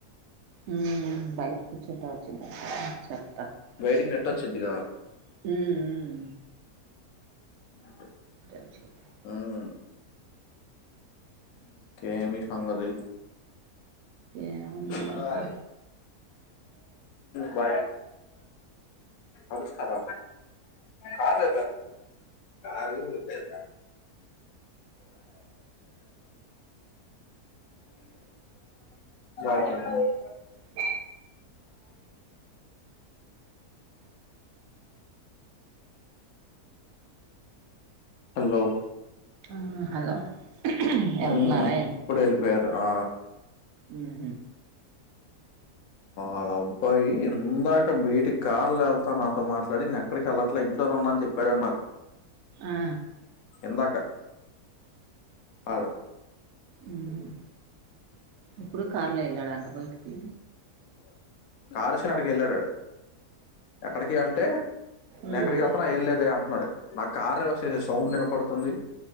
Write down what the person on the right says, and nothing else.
మ్మ్ బయిట కూచుంట టావా చెత్త
మ్మ్
అచ్చేద్ది
ఏమున్నాయి
ఇంకా
బ
ఆ హలో వెళ్తున్నారా
మ్ హు
ఆ
మ్ ఇప్పుడు కార్లో ఎళ్ళాడంటా బయటికి
ఉమ్